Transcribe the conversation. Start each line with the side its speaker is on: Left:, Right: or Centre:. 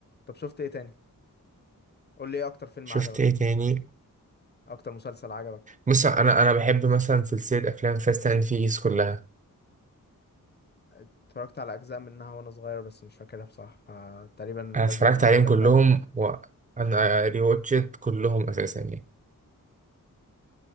Left: طب شفت إيه تاني قول لي إيه أكتر فيلم
Right: شفت
Left: عجبك
Right: ايه تاني
Left: اكتر مسلسل عجبك
Right: بص انا انا بحب مثلا سلسله افلام فاست اند فيريس كلها
Left: اتفرجت على اجزاء منها وانا صغير بس مش فاكرها بصراحه فتقريبا
Right: انا اتفرجت
Left: لازم اعيدها
Right: عليهم كلهم
Left: من الاول
Right: وانا ريواتشت كلهم اساسا يعني